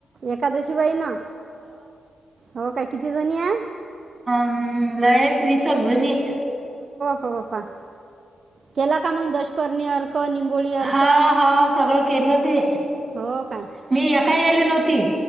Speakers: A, on the right; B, on the right.
A: एकादशी बाई ना हो काय किती जणी या
B: हम् लयाच विसगजणी
A: कबा <unintelligible> केला का मग दशपर्णी अर्ख निंबोळी
B: हा
A: अर्ख
B: हा सगळं केलं ते
A: हो काय
B: मी या काय याले नव्हती